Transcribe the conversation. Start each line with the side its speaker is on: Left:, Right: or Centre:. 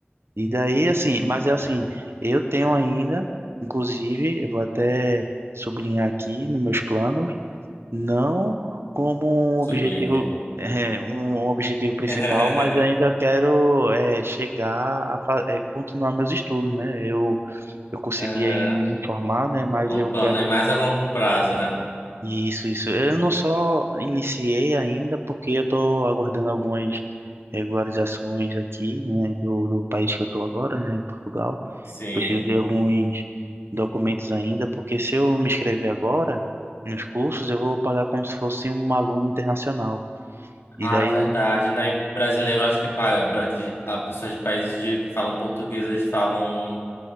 Right: E daí assim, mas é assim,
Left: é,
Right: eu tenho ainda, inclusive, eu vou até sublinhar aqui nos meus planos, não como
Left: sublinha.
Right: um objetivo é, um objetivo principal,
Left: <laughs>
Right: mas ainda eu quero é, chegar a fa- é, continuar meus estudos, né? Eu eu consegui
Left: Aham.
Right: aí me formar, né? Mas
Left: É um
Right: eu
Left: plano
Right: quero
Left: aí mais a longo prazo, né?
Right: isso, isso. Eu não só iniciei ainda, porque eu estou aguardando algumas regularizações aqui, né? Do, do país que eu estou agora, né? Em Portugal.
Left: Sim.
Right: Preciso de alguns documentos ainda, porque se eu me inscrever agora nos cursos, eu vou pagar como se fosse um aluno internacional. E
Left: Ah,
Right: daí,
Left: é verdade, né? E brasileiro acho que paga. bra- que A pessoas de países de, que falam português, eles falam.